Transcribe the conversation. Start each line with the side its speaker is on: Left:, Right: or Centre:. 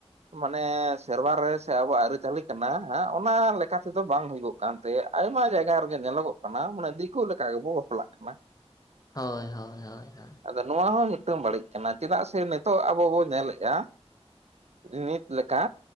Right: ᱢᱟᱱᱮ ᱥᱮᱨᱣᱟ ᱨᱮ ᱥᱮ ᱟᱵᱚᱣᱟᱜ ᱟᱹᱨᱤᱪᱟᱹᱞᱤ ᱠᱟᱱᱟ ᱚᱱᱟ ᱞᱮᱠᱟ ᱛᱮᱫᱚ ᱵᱟᱝ ᱦᱩᱭᱩᱜᱼᱼ ᱠᱟᱱᱛᱮ ᱟᱭᱢᱟ ᱡᱟᱭᱜᱟ ᱨᱮᱜᱮ ᱧᱮᱞᱚᱜᱚᱜ ᱠᱟᱱᱟ ᱢᱟᱱᱮ ᱫᱤᱠᱩ ᱞᱮᱠᱟ ᱜᱮᱵᱚ ᱵᱟᱯᱞᱟᱜ ᱠᱟᱱᱟ᱾
Left: ᱦᱳᱭ ᱦᱳᱭ ᱦᱳᱭ ᱦᱳᱭ
Right: ᱟᱫᱚ ᱱᱚᱣᱟ ᱦᱚᱸ ᱢᱤᱫᱴᱟᱝ ᱵᱟᱹᱲᱤᱡ ᱠᱟᱱᱟ ᱪᱮᱫᱟᱜ ᱥᱮ ᱱᱤᱛᱚᱜ ᱟᱵᱚᱵᱚ ᱧᱮᱞᱮᱜᱼᱟ᱾ ᱱᱤᱛ ᱞᱮᱠᱟ